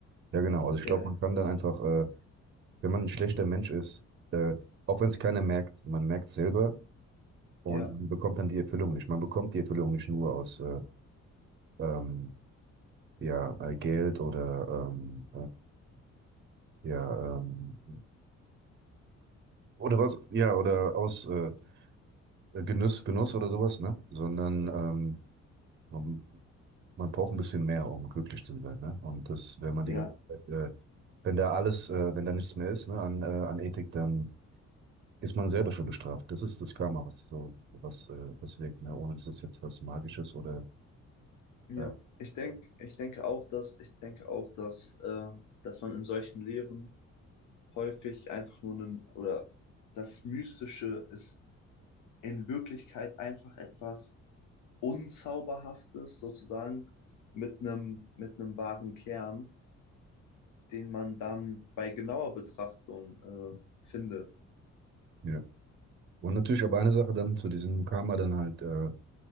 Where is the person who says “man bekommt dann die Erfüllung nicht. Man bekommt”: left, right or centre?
Right